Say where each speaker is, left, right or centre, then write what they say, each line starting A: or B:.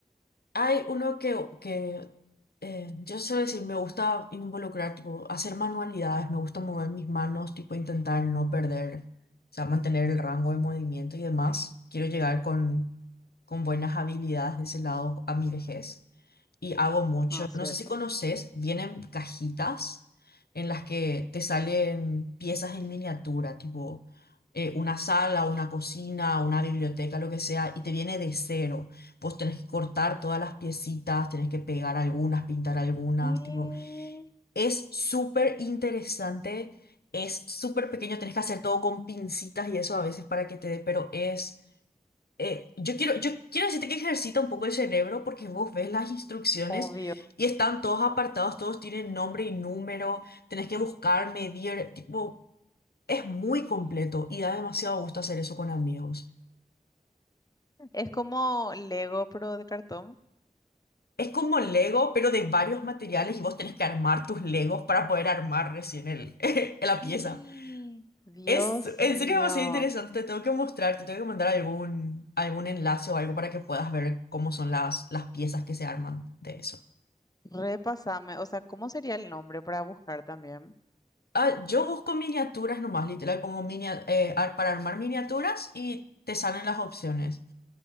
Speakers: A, on the left; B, on the left.
A: Hay uno que, que eh, yo suelo decir, me gusta involucrar, tipo, hacer manualidades, me gusta mover mis manos, tipo, intentar no perder, o sea, mantener el rango de movimiento y demás. Quiero llegar con, con buenas habilidades de ese lado a mi vejez y hago mucho.
B: Ah, cierto.
A: No sé si conoces, vienen cajitas en las que te salen piezas en miniatura, tipo eh, una sala, una cocina, una biblioteca, lo que sea, y te viene de cero. Vos tenés que cortar todas las piecitas, tenés que pegar algunas, pintar algunas,
B: Mm,
A: tipo, es súper interesante, es súper pequeño, tenés que hacer todo con pincitas y eso a veces para que te dé, pero es, eh, yo quiero, yo quiero decirte que ejercita un poco el cerebro porque vos ves las instrucciones
B: obvio.
A: y están todos apartados, todos tienen nombre y número, tenés que buscar, medir, tipo, es muy completo y da demasiado gusto hacer eso con amigos.
B: Es como Lego, pero de cartón.
A: Es como Lego, pero de varios materiales y vos tenés que armar tus Legos para poder armar recién el, <laughs> la pieza.
B: Y- Dios
A: Es en
B: mío,
A: serio demasiado interesante, te tengo que mostrar, te tengo que mandar algún, algún enlace o algo para que puedas ver cómo son las, las piezas que se arman de eso.
B: repasame. O sea, ¿cómo sería el nombre para buscar también?
A: Ah, yo busco miniaturas nomás, literal, pongo minia- eh, ar- para armar miniaturas y te salen las opciones.